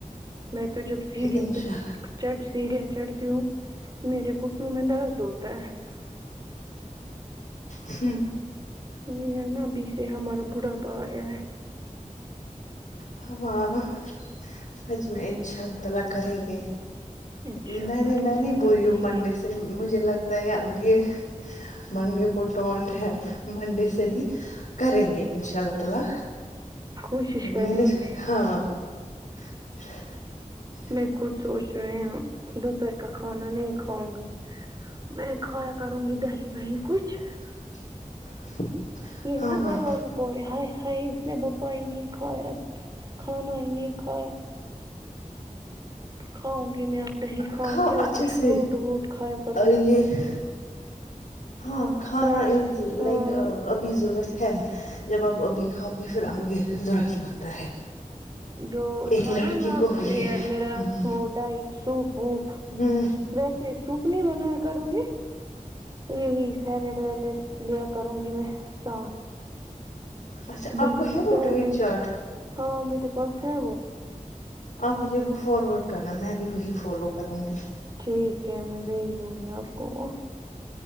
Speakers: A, on the right (about 30°); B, on the left (about 75°).
A: میں تو جب سیڑھیوں
B: انشاء
A: پے چڑ سیڑیا چڑھتی ہو میرے گھٹنے میں درد ہوتا ہے
B: ہوں
A: وہی ہے نا ابھی سے ہمارا بڑھا پا آیا ہے
B: ہاں سچ میں انشاء اللہ تعالی کریں گے
A: انشاء
B: میں
A: اللہ
B: نے
A: انشاء
B: میں نہیں
A: اللہ
B: بولی
A: کریں
B: ہوں مونڈے
A: گے
B: سے مجھے لگتا ہے اب یہ مڈے کو ٹونٹ ہے مونڈے سے نی کرے گے انشاء اللہ تعالی
A: کوشش کریں
B: میں نے
A: گے
B: ہاں <inaudible>
A: میں خود سوچ رہے ہ دوپہر کا کھانا نہیں کھاؤں گی میں نے کھایا کروں گی دہی وہی کچھ
B: <inaudible>
A: یہ ہے
B: ہاں
A: نا
B: ہاں
A: گھر والوں کو ہے ہائی ہائی اس نے بتا ہی نہیں کھایا کھانا ہی نہیں کھایا کھاؤں گی میں اب دہی کھاؤں
B: کھاؤ
A: گی
B: اچھے
A: اور کچھ
B: سے
A: فروٹ وروٹ کھایا کروں گی
B: یہ ہاں کھانا
A: سیلیڈ
B: از
A: ہاں
B: لائک ابھی ضورت ہے جب آپ ابھی کھاؤ گے پھر آگے زورت لگتا ہے
A: جو
B: ایک
A: تھا
B: لڑکی
A: نا لاسٹ
B: کو یہ
A: ایئر میرا
B: ہ
A: وہ ڈائٹ سوپ ووپ
B: ہ
A: ویسے سوپ نہیں بنایا کروں گی یہی سیلیڈ ویلیڈ لیا کروں گی میں ساتھ
B: اچھا آپ
A: دہی
B: کو ہے وہ
A: سیلیڈ
B: ڈائٹ چاٹ
A: ہاں میرے پاس ہے وہ
B: اپ مجھے وہ فارورڈ کرنا میں بھی وہی فالو کروں گی
A: ٹھیک ہے میں بھیج دوں گی آپ کو وہ